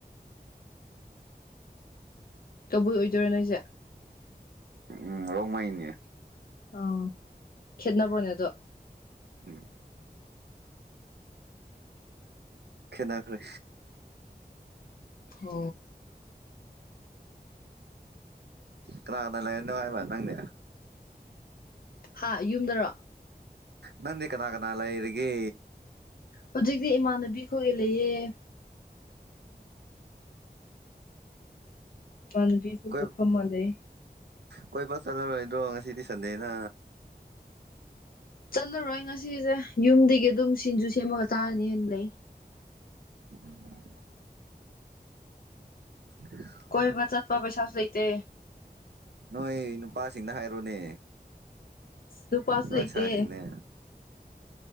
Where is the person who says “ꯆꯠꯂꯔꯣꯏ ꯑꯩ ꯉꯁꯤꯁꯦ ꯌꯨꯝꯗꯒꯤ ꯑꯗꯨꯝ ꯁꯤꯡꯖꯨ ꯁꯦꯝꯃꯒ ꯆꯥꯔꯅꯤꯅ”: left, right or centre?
Left